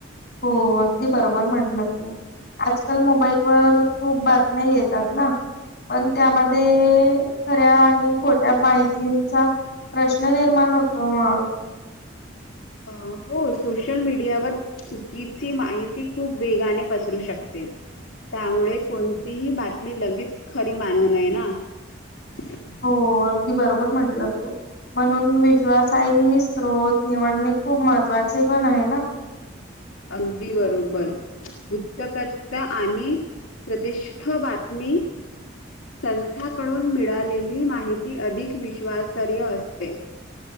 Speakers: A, on the left (about 50°); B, on the left (about 85°).
A: हो अगदी बरोबर म्हटलं तू आजकाल मोबाईलवरर खूप बातम्या येतात ना <unintelligible> पण त्यामध्ये खऱ्या आणि खोट्या माहितींचा <unintelligible> प्रश्न निर्माण होतो मग
B: अ हो सोशल मीडियावर चुकीची माहिती खूप वेगाने पसरू शकते त्यामुळे कोणतीही बातमी लगेच खरी मानवू नये ना <unintelligible>
A: हो अगदी बरोबर म्हटलं तो म्हणून विश्वासही स््रोत निवडणे खूप महत्त्वाचे पण आहे ना <unintelligible>
B: अगदी बरोबर वृत्तपतत आणि <unintelligible> प्रतिष्ठा बातमी संस्थाकडून मिळालेली माहिती अधिक विश्वासारय असते <unintelligible>